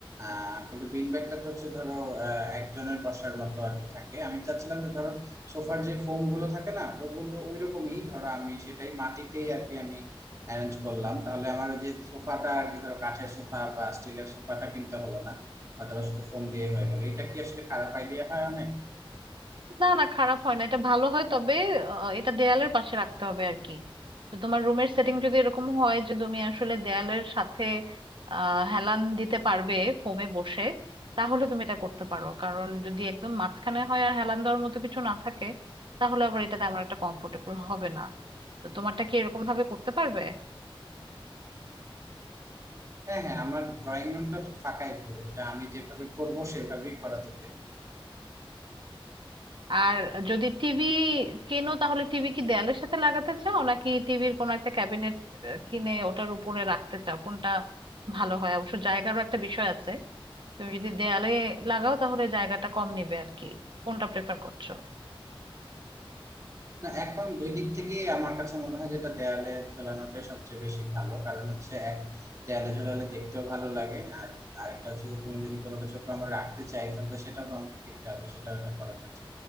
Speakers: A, on the right (about 35°); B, on the right (about 60°).
A: আহ কিন্তু বিন ব্যাগটা তো হচ্ছে ধরো আহ, একজনের বসার মতো আর কি থাকে আমি চাচ্ছিলাম যে ধরো সোফার যে ফোম গুলো থাকে না ওগুলো ওই রকমই ধরো আমি সেটাই মাটিতেই আর কি আমি অ্যারেঞ্জ করলাম তাহলে আমার ওই যে সোফাটা আর কি ধরো কাঠের সোফা বা স্টিলের সোফাটা কিনতে হলো না অথবা শুধু ফোম দিয়ে হয়ে গেল এটা কি আসলে খারাপ আইডিয়া হয় অনেক
B: না না খারাপ হয় না এটা ভালো হয় তবে আহ, এটা দেয়ালের পাশে রাখতে হবে আর কি তো তোমার রুমের সেটিং যদি এরকম হয় যে তুমি আসলে দেয়ালের সাথে আহ হেলান দিতে পারবে ফোমে বসে তাহলে তুমি এটা করতে পারো কারণ যদি একদম মাঝখানে হয় আর হেলান দেওয়ার মতো কিছু না থাকে তাহলে আবার এটা তেমন একটা কমফোর্টেবল হবে না তো তোমারটা কি এরকম ভাবে করতে পারবে
A: হ্যাঁ হ্যাঁ আমার ড্রয়িং রুমটা তো ফাঁকাই পুরো এটা আমি যেভাবে করবো সেভাবেই করা যাবে
B: আর যদি টিভি কেনো তাহলে টিভি কি দেয়ালের সাথে লাগাতে চাও নাকি টিভির কোনো একটা ক্যাবিনেট কিনে ওটার উপরে রাখতে চাও কোনটা ভালো হয় অবশ্য জায়গারও একটা বিষয় আছে তুমি যদি দেয়ালে লাগাও তাহলে জায়গাটা কম নিবে আর কি কোনটা প্রেফার করছো
A: না এখন দুই দিক থেকেই আমার কাছে মনে হয় যেটা দেয়ালে ঝোলানোটাই সবচেয়ে বেশি ভালো কারণ হচ্ছে এক দেয়ালে ঝোলালে দেখতেও ভালো লাগে আর আরেকটা হচ্ছে যে তুমি যদি কোনো কিছু আমার রাখতে চাই তাহলে সেটাও তো আমাকে কিনতে হবে সেটাও একটা খরচ হচ্ছে